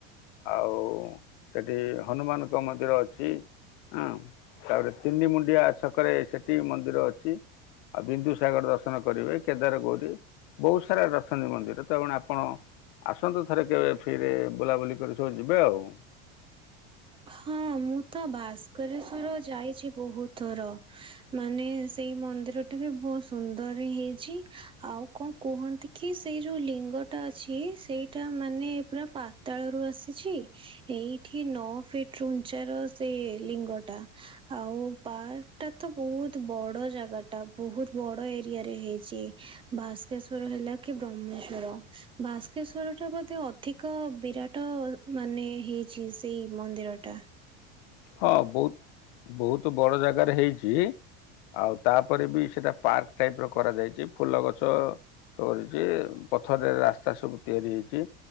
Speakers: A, on the left (about 65°); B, on the right (about 20°).
A: ଆଉ ସେଠି ହନୁମାନଙ୍କ ମନ୍ଦିର ଅଛି। ହୁଁ ତାପରେ ତିଣ୍ଡି ମୁଣ୍ଡିଆ ଛକରେ ସେଠି ବି ମନ୍ଦିର ଅଛି। ଆଉ ବିନ୍ଦୁ ସାଗର ଦର୍ଶନ କରିବେ, କେଦାର ଗୌରୀ ବହୁତ ସାରା ରଶନୀ ମନ୍ଦିର ତ ଆପଣ ଆସନ୍ତୁ ଥରେ କେବେ ଫିରେ ବୁଲାବୁଲି କରି ସବୁ ଯିବେ ଆଉ।
B: ହଁ ମୁଁ ତ ଭାସ୍କରେଶ୍ଵର ଯାଇଛି ବହୁତ ଥର। ମାନେ ସେଇ ମନ୍ଦିରଟା ବି ବହୁତ ସୁନ୍ଦର ହେଇଛି ଆଉ କଣ କୁହନ୍ତି କି ସେଇ ଯୋଉ ଲିଙ୍ଗ ଟା ଅଛି ସେଇଟା ମାନେ ପୁରା ପା ତାଳ ର ଆସିଛି ଏଇଠି ନଅ ଫିଟ ଉଞ୍ଚାର ସେ ଲିଙ୍ଗଟା। ଆଉ ପାର୍କ ଟା ତ ବହୁତ ବଡ ଜାଗା ଟା ବହୁତ ବଡ ଏରିଆ ରେ ହେଇଛି। ଭାସ୍କେଶ୍ଵର ହେଲା କି ବ୍ରହ୍ମେଶ୍ଵର ଭାସ୍କେଶ୍ଵର ଟା ବୋଧେ ଅଧିକ ବିରାଟ ମାନେ ହେଇଛି ସେଇ। ମନ୍ଦିର ଟା।
A: ହଁ ବହୁତ ବହୁତ ବଡ ଜାଗାରେ ହେଇଛି। ଆଉ ତାପରେ ବି ସେଇଟା ପାର୍କ ଟାଇପ ର କରାଯାଇଛି ଫୁଲ ଗଛ ଛି ପଥରରେ ରାସ୍ତା ସବୁ ତିଆରି ହେଇଛି।